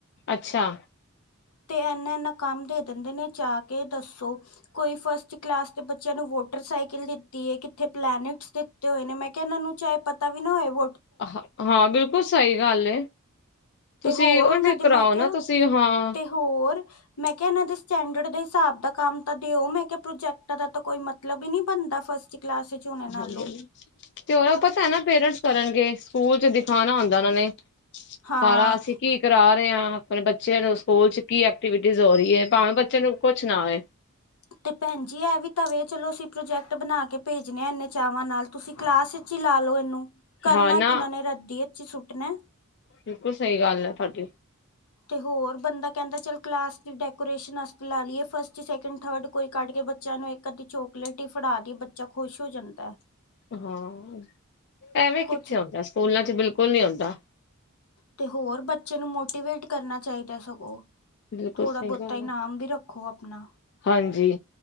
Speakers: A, on the left; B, on the left.
A: ਅੱਛਾ।
B: ਤੇ ਇਨਾ ਇੰਨਾ ਕੰਮ ਦੇ ਦਿੰਦੇ ਨੇ, ਜਾ ਕੇ ਦੱਸੋ ਕੋਈ ਫਸਟ। ਕਲਾਸ ਤੇ ਬੱਚਿਆਂ ਨੂੰ ਮੋਟਰਸਾਈਕਲ ਦਿੱਤੀ ਹੈ ਕਿੱਥੇ। ਪਲੈਨਟਸ ਦਿੱਤੇ ਹੋਏ ਨੇ, ਮੈਂ ਕਿਹਾ ਇਹਨਾਂ ਨੂੰ ਚਾਹੇ ਪਤਾ ਵੀ ਨਾ ਹੋਏ ਹੋਈ।
A: ਹ -ਹਾਂ, ਬਿਲਕੁਲ ਸਹੀ ਗੱਲ, ਤੁਸੀਂ
B: ਤੇ ਹੋਰ
A: ਉਹ
B: ਉਹਨਾਂ
A: ਜੇ
B: ਦੇ
A: ਕਰਰ
B: ਮੈਂ
A: ਆਓ
B: ਕਿਹਾ
A: ਨਾ ਤੁਸੀਂ ਹਾਂ
B: ਤੇ ਹੋਰ। ਮੈਂ ਕੇਆ, ਏਨਾਂ ਦੇ ਸਟੈਂਡਰਡ ਦੇ ਸਾਬ ਦਾ ਕੰਮ ਤਾਂ ਦੇਓ, ਮੈਂ ਕੇਆ ਪ੍ਰੋਜੈਕਟਾ ਦਾ ਤਾਂ ਕੋਈ ਮਤਲਬ ਈ ਨੀ ਬਣਦਾ ਫ ਫਸਟ ਕਲਾਸ 'ਚ ਹੋਣੇ ਨਾ
A: ਹਾਂ
B: ਲੋ।
A: ਤੇ ਹੋਰ ਅਪਾ ਤਾ ਨਾ, ਪੇਰੈਂਟਸ ਕਰਨਗੇ ਸਕੂਲ ਚ ਦੀ। ਖਾਣਾ ਹੁੰਂਦਾ ਓਨਾਂ ਨੇ ਸਾਰਾ,
B: ਹਾਂ
A: ਅਸੀਂ ਕੀ। ਕਰਾ ਰੇ ਆਂ, ਆਪਣੇ ਬੱਚੇਆਂ ਨੂੰ ਸਕੂਲ ਚ ਕੀ ਐਕਟੀਵਿਟੀਸ ਹੋ ਰਈ ਏ, ਭਾਵੇਂ ਬੱਚੇ ਨੂੰ ਕੁਛ ਨਾ ਆਏ।
B: ਤੇ ਭੈਣ ਜੀ, ੲੈ ਵੀ ਤਾਵੇ ਚਲੋ, ਅਸੀਂ ਪ੍ਰੋਜੈਕਟ ਬਣਾ ਕੇ ਭੇਜਣੇ ਏੰਨੇ ਚਾਵਾਂ ਨਾਲ। ਤੁਸੀਂ ਕਲਾਸ 'ਚ ਲਾ ਲੋ, ਏਨੂੰ ਕਰਨਾ
A: ਹਾਂ ਨਾ
B: ਕਿਨਾਂ ਨੇ, ਰੱਦੀ ਏਚ ਈ ਸੁੱਟਣਾ।
A: ਬਿਲਕੁਲ, ਸਈ ਗੱਲ ੲੈ ਤੁਹਾਡੀ।
B: ਤੇ ਹੋਰ ਬੰਦਾ ਕੈੰਦਾ, ਚੱਲ ਕਲਾਸ ਦੀ ਡੈਕੋਰੇਸ਼ਨ ਆਸਤੇ ਲਾ ਲਿਏ ਫਸਟ, ਸੈਕਿੰਡ, ਥਰਡ। ਕੋਈ ਕੱਢ ਕੇ ਬੱਚੇਆਂ ਨੂੰ ਏਕ-ਅੱਧੀ ਚੋਕਲੇਟ ਈ ਫੜਾ ਦੀ, ਬੱਚਾ ਖੁਸ਼ ਹੋ ਜਾਂਦਾ।
A: ਹਾਂ ਐਵੇਂ
B: ਕੁਛ
A: ਕਿੱਥੇ ਆਉਂਦਾ, ਸੂਲਾਂ 'ਚ ਬਿਲਕੁਲ ਨੀ ਆਉਂਦਾ।
B: ਤੇ ਹੋਰ ਬੱਚੇ ਨੂੰ ਮੋਟੀਵੇਟ ਕਰਨਾ, ਚਾਈਦਾ ਸਗੋਂ।
A: ਬਿਲਕੁਲ
B: ਥੋੜ੍ਹਾ
A: ਸਹੀ
B: ਬੋਤਾ
A: ਗੱਲ
B: ਇਨਾਮ
A: ਹੈ
B: ਵੀ ਰੱਖੋ ਆਪਣਾ।
A: ਹਾਂਜੀ।